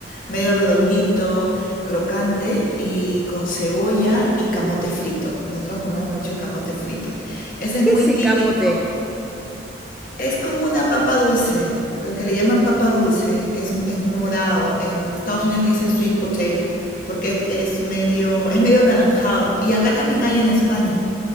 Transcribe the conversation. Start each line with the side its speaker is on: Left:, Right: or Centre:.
Left: medio redondito, crocante y con cebolla y camote frito. Nosotros comemos mucho el camote frito. Ese es
Centre: ¿Qué
Left: muy
Centre: es el
Left: típico.
Centre: camote?
Left: Es como una papa dulce, lo que le llaman papa dulce, es, es morado. En Estados Unidos le dicen sweet potato porque es, es medio, es medio anaranjado. Y acá también hay en España.